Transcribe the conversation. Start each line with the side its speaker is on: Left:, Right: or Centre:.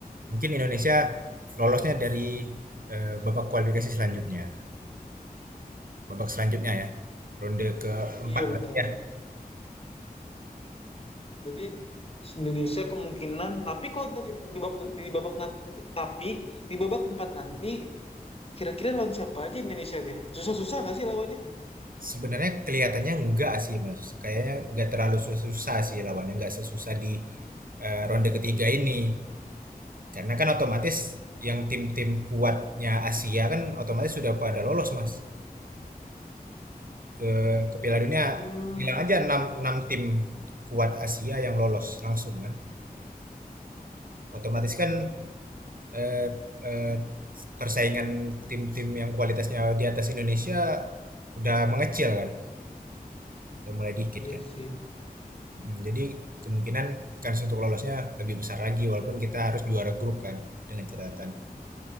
Right: Mungkin Indonesia lolosnya dari eh, babak kualifikasi selanjutnya. Babak selanjutnya ya. Ronde keempat
Left: Iya benar.
Right: berarti ya.
Left: Berarti Indonesia kemungkinan, tapi kalau nanti di babak di babak nat- tapi di babak empat nanti kira-kira lawan siapa aja Indonesia dia? Susah-susah nggak sih lawannya?
Right: Sebenarnya kelihatannya enggak sih Mas. Kayaknya enggak terlalu susah sih lawannya. Enggak sesusah di eh, ronde ketiga ini. Karena kan otomatis yang tim-tim kuatnya Asia kan otomatis sudah pada lolos Mas. Ke, ke Piala Dunia
Left: Hmm,
Right: bilang aja 6 6 tim kuat Asia yang lolos langsung kan. otomatis kan eh, eh, persaingan tim-tim yang kualitasnya di atas Indonesia udah mengecil kan, udah mulai dikit
Left: iya
Right: kan.
Left: sih.
Right: Hmm, jadi kemungkinan kans untuk lolosnya lebih besar lagi walaupun kita harus juara grup kan dengan catatan.